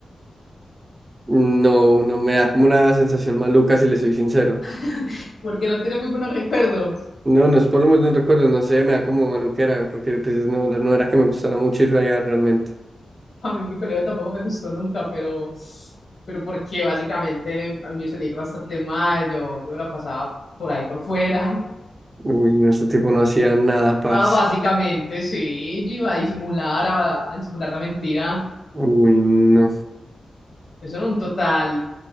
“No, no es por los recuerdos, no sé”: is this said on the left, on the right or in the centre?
Right